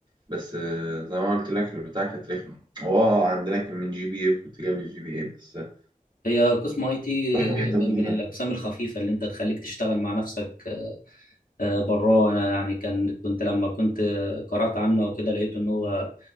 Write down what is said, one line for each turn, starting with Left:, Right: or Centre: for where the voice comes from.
Right: بس آه، زي ما قلت لك البتاع كانت رخمه هو آه، عندنا كان من جي بي اي وكنت جايب الجي بي اي بس آه،
Left: هي قسم اي تي
Right: رحنا في حته مهيله
Left: من الاقسام الخفيفه اللي انت تخليك تشتغل مع نفسك آه، براه انا يعني كان كنت لما كنت قرات عنه وكده لقيت ان هو